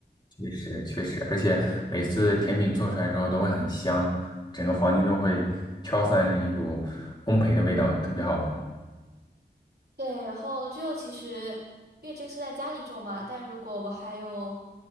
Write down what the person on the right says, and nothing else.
对，然后就其实因为这个是在家里做嘛，但如果我还有